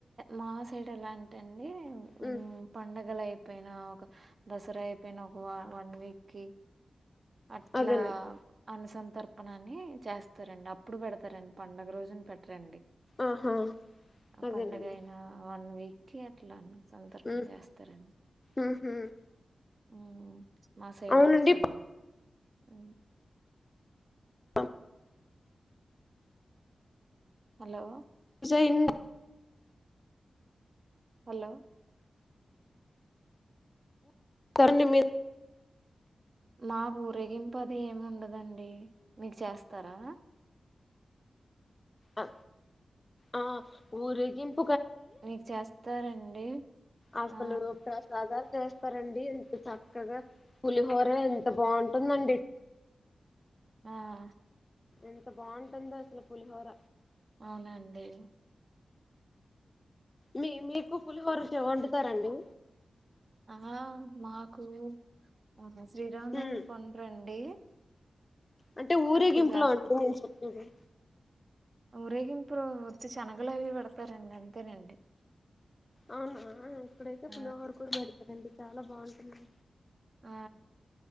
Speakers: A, on the right; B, on the left.
A: మా సైడ్ ఎలా అంటె అండి ఉమ్
B: మ్మ్
A: పండగలయిబ్ పేనా ఒక దస్ రా అయితే నో హువ వన్ వీక్ కి అట్లా
B: అదేనండి
A: బ్ అనుసంతర్పణ అని చేస్తరండి అప్పుడు పెడతరండ్ పండగ రోజున్ పెట్ రండి
B: ఆహా
A: అ
B: అదేనండి
A: పండగయినా వన్ వీక్ కి అట్లన్ సంత్ అర్పం
B: మ్మ్
A: జేస్తరండ్
B: ఊహూ
A: హ్మ్ మా సైడ్
B: అవునండి
A: ఆచారమ్ హ్మ్
B: అమ్
A: హలో
B: జెయిన్
A: హలో
B: కోరండి మీర్
A: మాక్ ఊరేగింపు అది ఏమ్ ఉండదండి మీక్ చేస్తారా
B: అ ఆ ఊరెగింప్
A: నీక్ చేస్తారండి
B: అస్
A: ఆ
B: లు ప్రసాదాల్ చేస్తారండి ఎంత చక్కగా పులిహోరే ఎంత బాఉంటుందండి
A: ఆఆ
B: ఎంత బాఉంటుందో అస్ లు పులిహోర
A: ఔనండి
B: మీ మీకు పులిహోరీ చే వండుతారండి
A: ఆహ మాకు ఆహా శ్రీరామ్ నవ్
B: ఉమ్
A: మికి వోన్ దండ్రి
B: అంటే ఊరేగింపులో
A: చేస్తాం
B: అండి నేన్ చెపేది
A: ఊరేగింపు లొ ఓత్తి శనగలవి బేడతారండి అంతేనండి
B: ఔనా ఇక్కడైతే
A: ఆ
B: పులిహోర కూడ బేడ్ తరండి చాలా బాఉంటుంది
A: ఆ